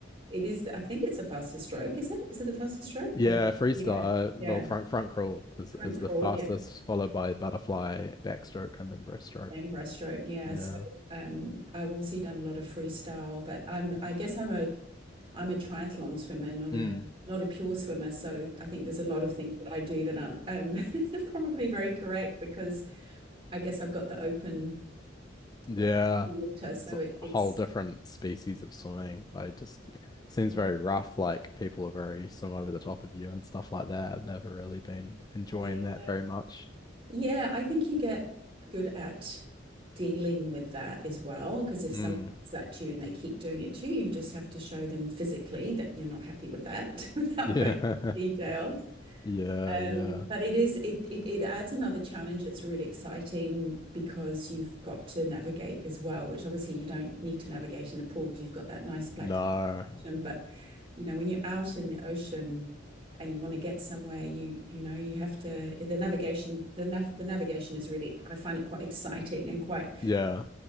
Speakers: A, on the right; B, on the left.
A: it is I think it's the fastest stroke, is it? Is it the fastest stroke?
B: Yeah,
A: I would,
B: freestyle.
A: yeah,
B: Uh, well,
A: yeah.
B: front front crawl is,
A: Front
B: is
A: crawl,
B: the fastest,
A: yeah.
B: followed by butterfly, backstroke, and then breaststroke.
A: and breaststroke, yeah.
B: Yeah.
A: So um, I've obviously done a lot of freestyle, but I'm I guess I'm a I'm a triathlon swimmer, not a
B: Mm.
A: not a pure swimmer. So I think there's a lot of things that I do that aren't um, <laughs> probably very correct because I guess I've got the open
B: Yeah.
A: the open water,
B: It's
A: so
B: a
A: it it's
B: whole different species of swimming. I just seems
A: it,
B: very rough. Like people are very swim over the top of you and stuff like that. I've never really been enjoying
A: yeah
B: that very much.
A: yeah. I think you get good at dealing with that as well because if
B: Mm.
A: someone does that to you and they keep doing it to you, you just have to show them physically that you're not happy with that <laughs> without
B: Yeah.
A: going into
B: <laughs>
A: detail.
B: Yeah.
A: Um,
B: Yeah.
A: but it is it, it it adds another challenge that's really exciting because you've got to navigate as well, which obviously you don't need to navigate in a pool because you've got that nice black
B: No.
A: ocean. But you know, when you're out in the ocean and you want to get somewhere, you you know you have to the navigation the nav the navigation is really I find it quite exciting and quite
B: Yeah.